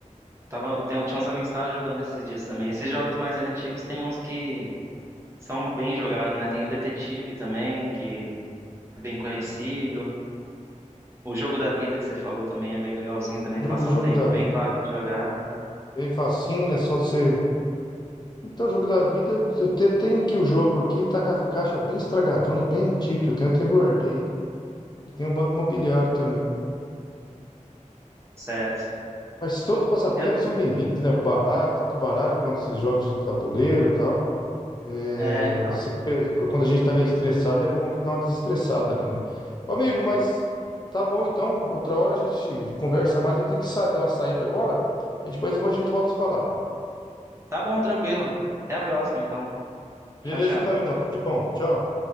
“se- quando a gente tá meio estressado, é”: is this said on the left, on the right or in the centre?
Left